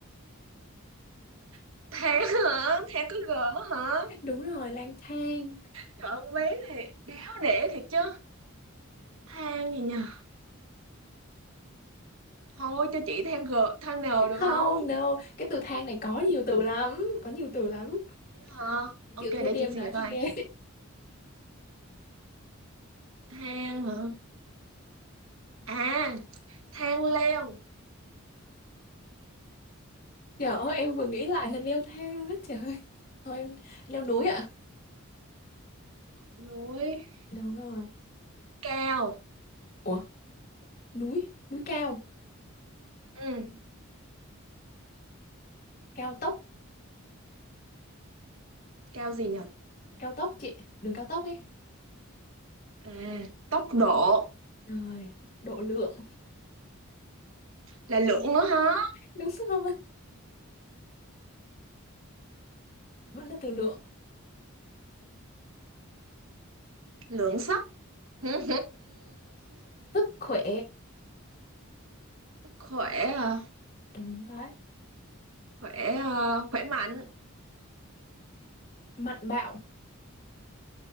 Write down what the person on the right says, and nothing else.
<laughs> than hả than có gỡ hả
trời ơi, con bé này đáo để thiệt chứ than gì nhờ thôi cho chị than gỡ than nều được
không
hả
ok
để
chị
suy
nghĩ
coi
than hả à than leo
núi
cao
ừ
cao gì nhờ
à tốc độ
là lượng nữa hả
lượng sắt <laughs> khỏe
à
khỏe à, khỏe mạnh